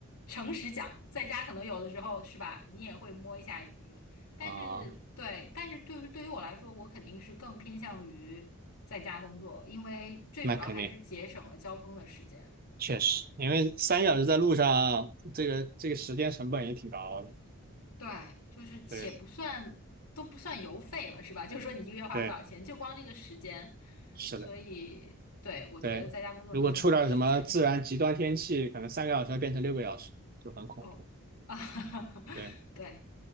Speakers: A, on the left (about 75°); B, on the right (about 40°).
A: 诚实讲，在家可能有的时候是吧，你也会摸一下鱼。但是对，
B: 啊，
A: 但是对于对于我来说，我肯定是更偏向于在家工作，因为最主要还是节省了交通的时间。
B: 那肯定确实，
A: 对
B: 因为三小时在路上，这个这个时间成本也挺高的。
A: 对，就是且不算都不算油费了，
B: 对
A: 是吧？<laughs> 就是说你一个月花了多少钱，
B: 对，
A: 就光这个时间，
B: 是的，
A: 所以对，我觉得在家工作能省很多时间。
B: 对。如果出点什么自然极端天气，可能三个小时要变成六个小时，就很恐怖。
A: 哦，<laughs> 啊，
B: 对，
A: 对，